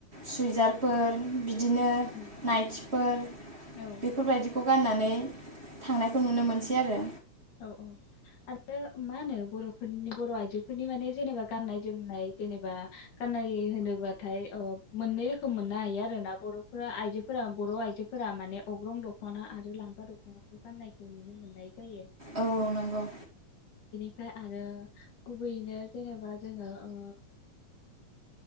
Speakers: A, on the right; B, on the left.
A: सुइजारफोर बिदिनो
B: उम उम
A: नाइटि फोर।
B: औ
A: बेफोरबायदिखौ गाननानै थांनायखौ नुनो मोनसै आरो
B: औ-औ आरो मा होनो बर'फोरनि बर'आयजोफोरनि माने जेनेबा गाननाय जोमनाय जेनेबा गाननाय होनोबाथाय मोननै रोखोमन मोननो हायो आरोना बर'फोरा आयजोफोरा बर' आयजोफोरा माने अगरं दख'ना आरो लांगा दख'नाखौ गाननायखौ नुनो मोननाय जायो।
A: औ नंगौ
B: ओमफ्राय आरो गुबैयैनो जेनेबा जोङो ओ